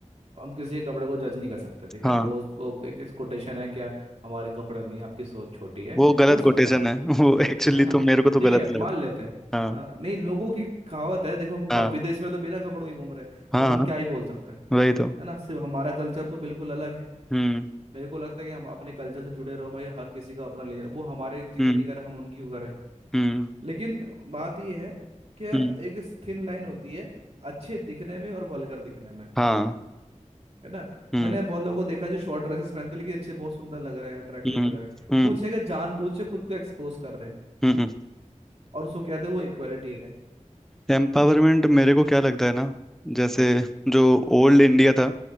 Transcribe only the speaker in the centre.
हाँ
वो गलत
कोटेशन
है <laughs> वो एक्चुअली
तो मेरे को तो
गलत
लगता
है
हाँ
हाँ
हाँ
हाँ,
वही तो
हम्म
हम्म
हम्म
हम्म
हाँ
हम्म
हम्म
हम्म
हम्म
एम्पावरमेंट मेरे को क्या लगता है ना जैसे जो ओल्ड इंडिया था